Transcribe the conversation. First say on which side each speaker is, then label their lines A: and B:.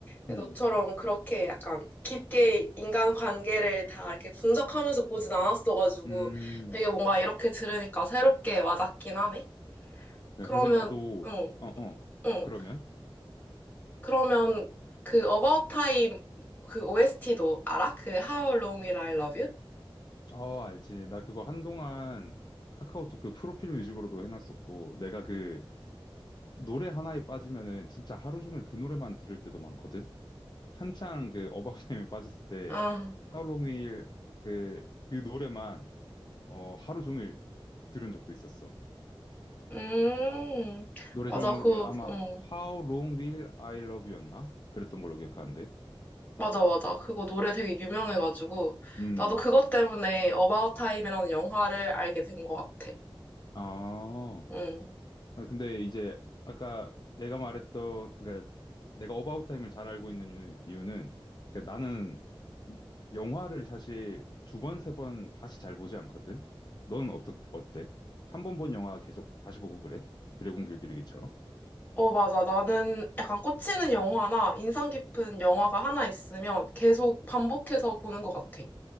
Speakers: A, on the left (about 20°); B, on the left (about 50°).
A: 너처럼
B: 음.
A: 그렇게 약간 깊게 인간 관계를 다 이렇게 분석하면서 보진 않았어가지고,
B: 음.
A: 되게 뭔가 이렇게 들으니까 새롭게 와닿긴 하네. 그러면,
B: 사실 나도,
A: 응,
B: 어, 어,
A: 응.
B: 그러면?
A: 그러면 그 About Time 그 OST도 알아? 그 How Long Will I Love You?
B: 어, 알지. 나 그거 한동안 카카오톡 그 프로필 뮤직으로도 해놨었고, 내가 그 노래 하나에 빠지면은 진짜 하루 종일 그 노래만 들을 때도 많거든? 한창 그 어바웃 타임에 빠졌을 때
A: 아,
B: 하루 종일 그, 그 노래만 어, 하루 종일 들은 적도 있었어.
A: 음,
B: 노래
A: 맞아,
B: 제목에
A: 그,
B: 아마
A: 음,
B: How Long Will I Love You였나? 그랬던 걸로 기억하는데.
A: 맞아, 맞아. 그거 노래 되게 유명해가지고
B: 음.
A: 나도 그것 때문에 About Time이라는 영화를 알게 된 것 같아.
B: 아.
A: 음.
B: 아, 근데 이제 아까 내가 말했던 그러니까 내가 어바웃 타임을 잘 알고 있는 이유- 이유는 그러니까 나는 영화를 사실 두 번, 세 번 다시 잘 보지 않거든. 너는 어떠, 어때? 한 번 본 영화 계속 다시 보고 그래? 드래곤 길들이기처럼.
A: 어, 맞아. 나는 약간 꽂히는 영화나 인상 깊은 영화가 하나 있으면 계속 반복해서 보는 것 같아.